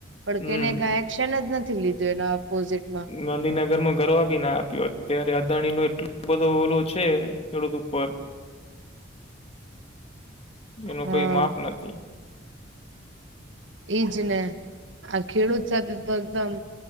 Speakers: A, on the right (about 80°); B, on the left (about 35°).
A: પણ
B: હમ
A: કેને કાય એક્શન જ નથી લીધું એના અપોઝિટમાં.
B: ઈ ગાંધીનગરમાં કરવા બી ના આપ્યું અત્યારે અદાણીનું એટલું બધું ઓલું છે. ખેડૂત ઉપર એનું
A: હા
B: કોઈ માપ નથી.
A: ઈજ ને આ ખેડૂત સાથે તો એકદમ